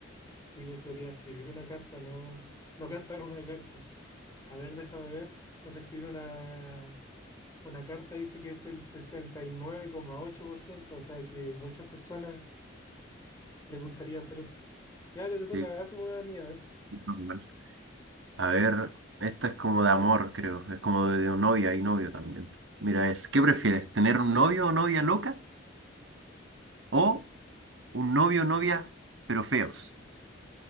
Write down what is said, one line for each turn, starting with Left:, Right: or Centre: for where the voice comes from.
Left: Sí, vos sería escribir una carta, no, no cantar una carta. A ver, déjame ver. Entonces escribir una, una carta dice que es el sesenta y nueve coma ocho por ciento, o sea que muchas personas les gustaría hacer eso. Ya, le te toca,
Right: Sí,
Left: hazme una de mía, a ver.
Right: normal. A ver, esta es como de amor, creo. Es como de, de novia y novio también. Mira, es, ¿qué prefieres? ¿Tener un novio o novia loca? ¿O un novio o novia, pero feos?